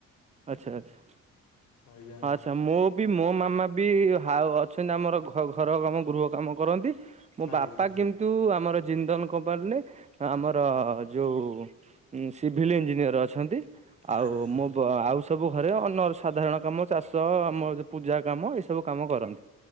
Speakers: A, on the right; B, on the left.
A: ଆଚ୍ଛା ଆଚ୍ଛା।
B: ଆଜ୍ଞା।
A: ଛା ମୋ ବି ମୋ ମାମା ବି ହାଉ ଅଛନ୍ତି ଆମର ଘ ଘର କାମ ଗୃହ କାମ କରନ୍ତି। ମୋ
B: ଆଜ୍ଞା।
A: ବାପା କିନ୍ତୁ ଆମର ଜିନ୍ଦନ କମ୍ପାନୀ ରେ ଆମର ଯୋଉ ଉଁ ସିଭିଲ୍ ଇଞ୍ଜିନିୟର୍ ଅଛନ୍ତି। ଆଉ
B: ଆଜ୍ଞା
A: ମୁଁ ବ ଆଉ ସବୁ ଘରେ ଅନ୍ୟ ସାଧାରଣ କାମ ଚାଷ ଆମ ପୂଜା କାମ ଏସବୁ କାମ କରନ୍ତି,